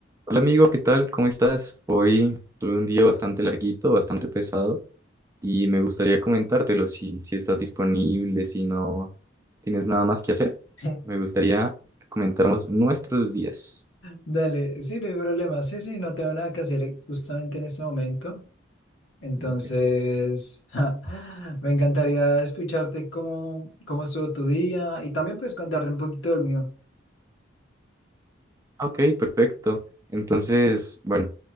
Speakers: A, on the right; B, on the left.
A: Hola amigo, ¿qué tal? ¿Cómo estás? Hoy tuve un día bastante larguito, bastante pesado y me gustaría comentártelo si, si estás disponible, si no tienes nada más que hacer.
B: <laughs>
A: Me gustaría comentarnos nuestros días.
B: Dale, sí, no hay problema. Sí, sí, no tengo nada que hacer justamente en este momento. Entonces,
A: Y
B: <laughs> me encantaría escucharte cómo, cómo estuvo tu día y también puedes contarte un poquito del mío.
A: "Ah, Ok, perfecto. Entonces, bueno,